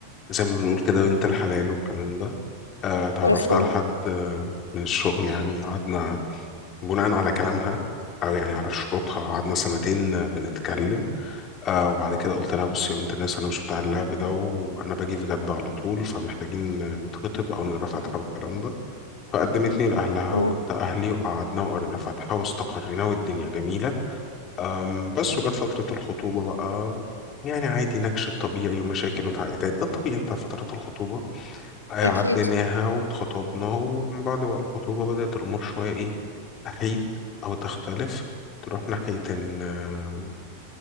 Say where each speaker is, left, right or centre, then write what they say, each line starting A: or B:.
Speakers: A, on the left (about 30°); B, on the left (about 80°).
A: زي ما بنقول كده بنت الحلال والكلام ده آه اتعرفت
B: مفهوم
A: على حد آه، من الشغل يعني قعدنا بناء على كلامها أو يعني على شروطها قعدنا سنتين آه، بنتكلم آه وبعد كده قلت لها بصي يا بنت الناس انا مش بتاع اللعب ده وانا باجي في جد على طول فمحتاجين نتخطب او نقرا فاتحه والكلام ده فقدمتني لاهلها
B: تمام
A: وجبت اهلي وقعدنا وقرينا فاتحه واستقرينا والدنيا جميله أم بس وجت فتره الخطوبه بقى يعني عادي نكش الطبيعي ومشاكل وتعقيدات ده الطبيعي بتاع فترات الخطوبه آه،
B: أكيد
A: عديناها واتخطبنا ومن بعد بقى الخطوبه بدات الامور شويه ايه تحيد او تختلف تروح ناحيه ان